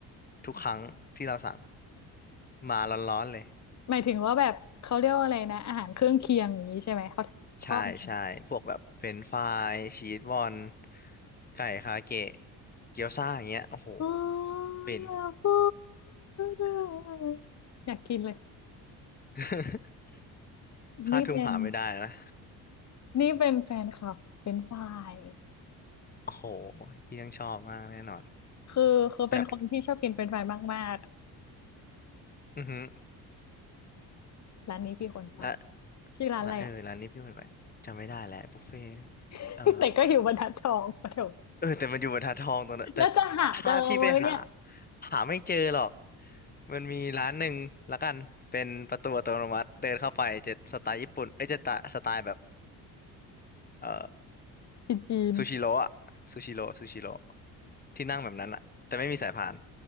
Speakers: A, on the left (about 25°); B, on the left (about 45°).
A: ทุกครั้งที่เราสั่งมาร้อนๆเลย
B: หมายถึงว่าแบบเขาเรียกว่าอะไรนะ อาหารเครื่องเคียงอย่างนี้ใช่ไหม เขาทอดมัน
A: ใช่ใช่พวกแบบเฟรนช์ฟรายชีสบอลไก่คาเกะเกี๊ยวซ่าอย่างเงี้ยโอ้โห
B: โอ้
A: เป็น
B: ยอย่ากพูดอะอยากกินเลย
A: <laughs> ห้าทุ่มหาไม่ได้นะ
B: นี่เป็นนี่เป็นแฟนคลับเป็นฝ่าย
A: <laughs> โอ้โหพี่ต้องชอบมากแน่นอน
B: คือคือเป็นคนที่ชอบกินเป็นฝ่ายมาก
A: แบบอือหือ
B: ๆ ร้านนี้พี่คนไป
A: และ
B: ชื่อร้านอะไรอะ
A: และเออร้านนี้พี่เคยไปจำไม่ได้แล้วบุฟเฟ่
B: <laughs>
A: เออ
B: แต่ก็อยู่บรรทัดทองปะโถ
A: เออแต่มันอยู่บรรทัดทองตรงนั้นแต่
B: แล้วจะหาเจอไหมเนี่ย
A: ถ้าพี่ไปหาหาไม่เจอหรอกมันมีร้านหนึ่งละกันเป็นประตูอัตโนมัติเดินเข้าไปจะสไตล์ญี่ปุ่นเอ้ยจะตะสไตล์แบบ เอ่อ
B: ที่จีน
A: ซูชิโร่อะซูชิโร่ซูชิโร่ที่นั่งแบบนั้นอะแต่ไม่มีสายพาน